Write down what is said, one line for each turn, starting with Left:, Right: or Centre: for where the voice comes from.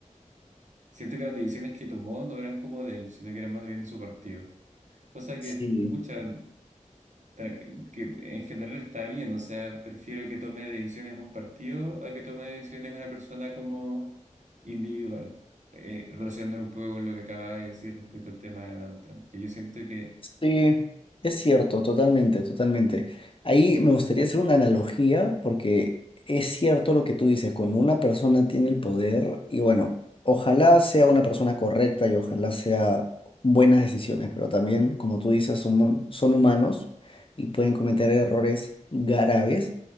Right: siento que las decisiones que tomó no eran como de él, sino que eran más bien de su partido. Cosa
Left: Sí.
Right: que, pucha, tra- que en general está bien, o sea, prefiero que tome decisiones un partido a que tome decisiones una persona como individual, eh, relacionándolo un poco con lo que acaba de decir respecto al tema de Donald Trump, que yo siento que
Left: Sí, es cierto, totalmente, totalmente. Ahí me gustaría hacer una analogía porque es cierto lo que tú dices, cuando una persona tiene el poder y bueno, ojalá sea una persona correcta y ojalá sea buenas decisiones, pero también, como tú dices, son, mon- son humanos y pueden cometer errores graves.